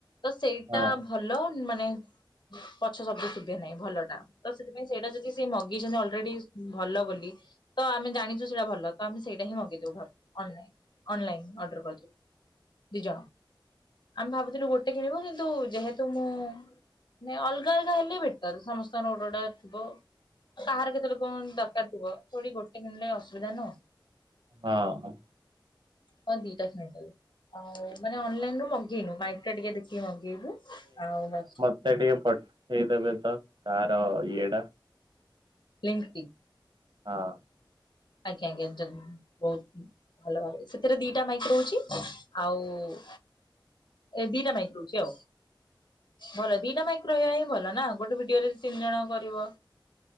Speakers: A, on the left; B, on the right.
A: ତ ସେଇଟା
B: ହଁ ହଁ
A: ଭଲ ମାନେ ପଛ ଶବ୍ଦ ଶୁଭେ ନାହିଁ ଭଲ ଟା। ତ ସେଥିପାଇଁ ସେଇଟା ଯଦି ସେ ମଗେଇଛନ୍ତି ଅଲରେଡି ଭଲ ବୋଲି ତ ଆମେ ଜାଣିଛୁ ସେଇଟା ଭଲ ତ ଆମେ ସେଇଟା ମଗେଇ ଦେବୁ ଅନ୍ ଲାଇନ୍ ଅଡର କରିବୁ। ଦି ଜଣ ଆମେ ଭାବୁଥିଲୁ ଗୋଟେ କିଣିବୁ କିନ୍ତୁ ଯେହେତୁ ମୁଁ ନେ ଅଲଗା ଅଲଗା ହେଲେ ବେଟର ସମସ୍ତଙ୍କର ଗୋଟାଏ ଗୋଟାଏ ଥିବ କାହାର କେତେ ବେଳେ କଣ ଦରକାର ଥିବ ଫୁଣି ଗୋଟେ କିଣିଲେ ଅସୁବିଧା ନୁହଁ।
B: ହଁ।
A: ତ ଦିଟା କିଣିଦେଲୁ ଆଉ ମାନେ ଅନଲାଇନ ରୁ ମଗେଇନୁ ସେଇଟା ଟିକେ ଦେଖିକି ମଗେଇବୁ ଆଉ ବା
B: ସେ ଟିକେ ପଠେଇଦେବେ ତ ତାର ଇଏ
A: ଲିଙ୍କ
B: ହଁ,
A: ଆଜ୍ଞା ଆଜ୍ଞା <unintelligible> ବହୁତ ଭଲ ଭାବରେ, ସେଥିରେ ଦିଟା ମାଇକ ରହୁଛି ଆଉ-ଉ-ଉ ଏ ଦିଇଟା ମାଇକ୍ ରହୁଛି ଆଉ। ଭଲ ଦିଟା ମାଇକ୍ ରହିବା ହିଁ ଭଲ ନା। ଗୋଟେ ଭିଡିଓରେ ତିନି ଜଣ କରିବ।